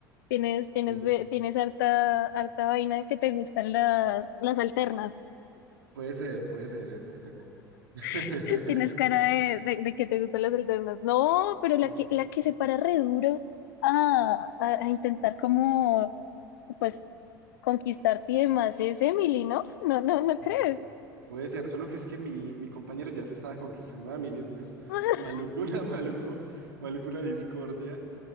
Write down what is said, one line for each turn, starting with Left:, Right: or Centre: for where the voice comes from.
Left: Tienes, tienes,
Right: Sí.
Left: ve- tienes harta, harta vaina de que te gustan las, las alternas.
Right: Puede ser, puede ser, es- en efecto. <laughs>
Left: <laughs> Tienes cara de, de- de que te gustan las alternas. No, pero
Right: Ah,
Left: la que, la que se para re duro a, a- a intentar como, pues, conquistarte y demás es Emily, ¿no? No, no, ¿no
Right: sí.
Left: crees?
Right: Puede ser, solo que es que mi, mi compañero ya se estaba conquistando a Emily, entonces
Left: <laughs>
Right: maluco una, <laughs> maluco, maluco una discordia